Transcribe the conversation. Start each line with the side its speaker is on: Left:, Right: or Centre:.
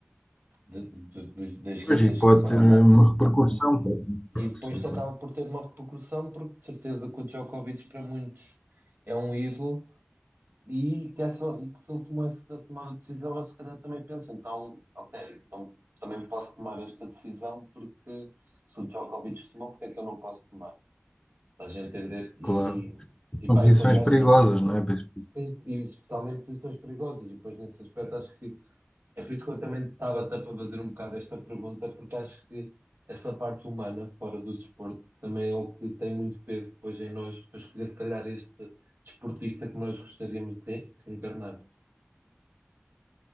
Right: de- de- dos- das
Left: Pois,
Right: guias
Left: e pode
Right: que foram
Left: ter uma
Right: dadas.
Left: repercussão, pode ter um impacto,
Right: E depois
Left: sim, claro.
Right: acaba por ter uma repercussão, porque de certeza que o Djokovic para muitos é um ídolo e que, é só, e que se ele tomasse essa tomada de decisão, ele se calhar também pensa, então, ok, então também posso tomar esta decisão porque se o Djokovic tomou, porque é que eu não posso tomar? Estás a entender? E,
Left: Claro.
Right: e,
Left: São
Right: e pá,
Left: posições
Right: e depois acho
Left: perigosas,
Right: e com,
Left: não é? Pois-
Right: sim, e especialmente posições perigosas, e depois nesse aspecto acho que É por isso que eu também estava até para fazer um bocado esta pergunta, porque acho que essa parte humana, fora do desporto, também é o que tem muito peso depois em nós para escolher, se calhar, este desportista que nós gostaríamos de re- reencarnar.